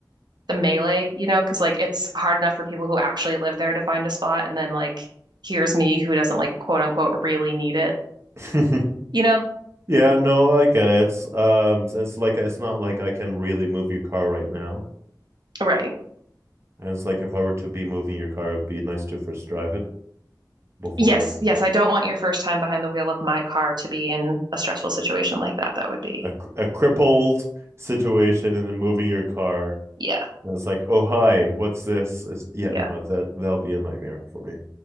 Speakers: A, on the right (about 70°); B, on the right (about 35°).
A: the melee, you know, because like it's hard enough for people who actually live there to find a spot, and then like here's me who doesn't like quote unquote really need it,
B: <laughs>
A: you know?
B: Yeah, no, I get it. Um, it's like it's not like I can really move your car right now.
A: Right.
B: And it's like if I were to be moving your car, it'd be nice to first drive it before
A: Yes,
B: it's
A: yes,
B: like
A: I don't want your first time behind the wheel of my car to be in a stressful situation like that. That would be,
B: a, a crippled situation and then moving your car.
A: yeah,
B: And it's like, oh hi, what's this? It's, yeah,
A: yeah,
B: no, that that'll be a nightmare for me.